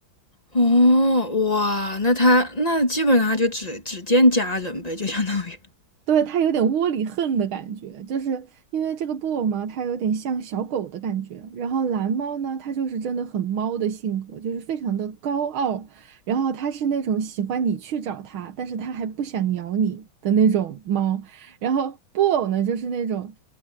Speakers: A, on the left; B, on the right.
A: 哦，哇，那它那基本上它就只只见家人呗，就相当于。
B: 对，它有点窝里横的感觉，就是因为这个布偶嘛，它有点像小狗的感觉。然后蓝猫呢，它就是真的很猫的性格，就是非常的高傲。然后它是那种喜欢你去找它，但是它还不想咬你的那种猫。然后布偶呢，就是那种，